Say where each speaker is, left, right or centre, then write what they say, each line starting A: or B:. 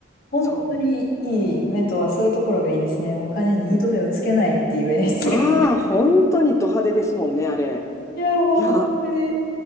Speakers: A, on the left; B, on the left.
A: 本当にいい目とはそういうところがいいですね。
B: そ
A: お金に糸目をつけないっていう演出が。
B: う。ああ、
A: <laughs> い
B: 本当にド派手ですもんね、あれ。
A: や、本当に。
B: いや、